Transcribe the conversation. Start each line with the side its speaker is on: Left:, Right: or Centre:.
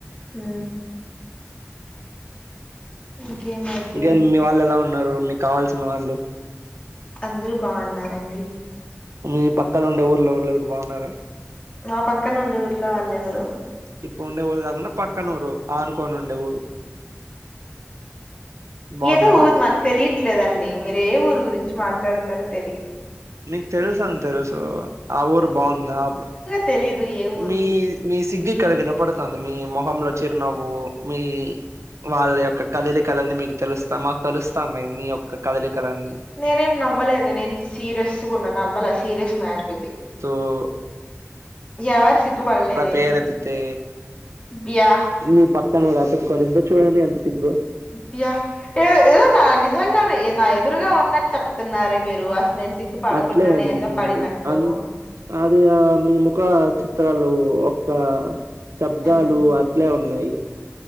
Left: మ్ ఇంకేమైతే
Right: ఇంకే మీ వాళ్ళు ఎలా ఉన్నారు మీకు కావాల్సిన వాళ్ళు
Left: అందరు బాగున్నారండి
Right: మీ పక్క ఉండే ఊర్లో వాళ్ళు కూడా బాగున్నారా
Left: మా పక్క నుండి ఊరిలో వాళ్ళు ఎవరు
Right: ఇప్పుడు ఉండే ఊరు కాకుండా పక్కన ఊరు ఆనుకోని ఉండే ఊరు బాగున్నారా
Left: ఏదో ఊరు నాకు తెలియట్లేదండి మీరు ఏ ఊరు గురించి మాట్లాడుతున్నారో తెలిదు
Right: మీకు తెలుస అని తెలుసు ఆ ఊరు బాగుంది ఆ
Left: తెలియ ఎ
Right: మీ మీ సిగ్గిక్కడ వినపడతది మీ మొహంలో చిరునవ్వు మీ వాళ్ళ యొక్క కదలికలన్నీ మీకు తెలుస్తా మాకు తెలుస్తా ఉన్నాయి మీీ యొక్క కదలికలన్నీ
Left: నేనేం నవ్వలేదు నేను సీరియస్ కూడా ఉన్న నవ్వాల సీరియస్ మ్యాటర్ ఇది
Right: ఓ
Left: ఎవారు సిగుబడలేదే
Right: పేరెత్తితే
Left: బ్యా
Right: మీ పక్కనువతకోని ఇటు చూడండి ఎంత సిగ్గు
Left: బ్యా ఏ ఏద నా ని నిజంగానే నా ఎదురుగా ఉన్నది చెప్తున్నారే మీరు అసలు నేను సిగ్గు పడకుండానే
Right: అట్లే
Left: ఏందో పడినట్లు
Right: అంది అద్ అది ఆ మీ ముఖ చిత్రాలు ఒక్క శబ్దాలు
Left: ఉమ్.
Right: అట్లే ఉన్నాయి